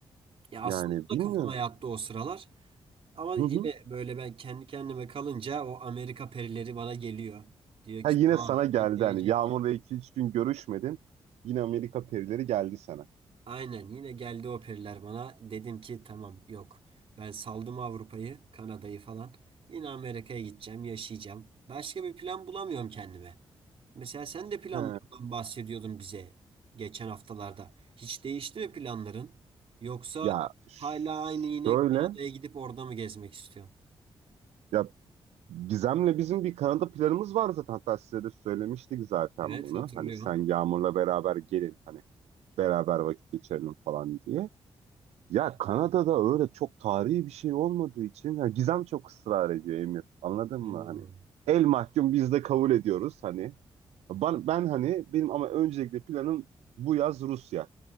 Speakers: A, on the right; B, on the right.
A: Ya aslında
B: yani
A: bu
B: bilmiyorum.
A: da kafama yattı o sıralar. Ama
B: Hı
A: yine
B: hı.
A: böyle ben kendi kendime kalınca o Amerika perileri bana geliyor. Diyor
B: Ha
A: ki
B: yine
A: tamam
B: sana geldi
A: sen gelecekte
B: hani Yağmur'la iki üç gün görüşmedin. Yine Amerika perileri geldi sana.
A: Aynen yine geldi o periler bana. Dedim ki tamam yok. Ben saldım Avrupa'yı, Kanada'yı falan. Yine Amerika'ya gideceğim, yaşayacağım. Başka bir plan bulamıyorum kendime. Mesela sen de planlarından
B: He.
A: bahsediyordun bize geçen haftalarda. Hiç değişti mi planların? Yoksa
B: Ya ş-
A: hala aynı yine
B: şöyle
A: Kanada'ya gidip orada mı gezmek istiyorsun?
B: ya Gizem'le bizim bir Kanada planımız var zaten. Hatta size de söylemiştik zaten
A: Evet
B: bunu.
A: hatırlıyorum.
B: Hani sen Yağmur'la beraber gelin hani beraber vakit geçirelim falan diye. Ya Kanada'da öyle çok tarihi bir şey olmadığı için ya Gizem çok ısrar ediyor Emir. Anladın
A: Hmm,
B: mı? Hani el mahkum biz de kabul ediyoruz hani. Ben, ben hani benim ama öncelikle planım bu yaz Rusya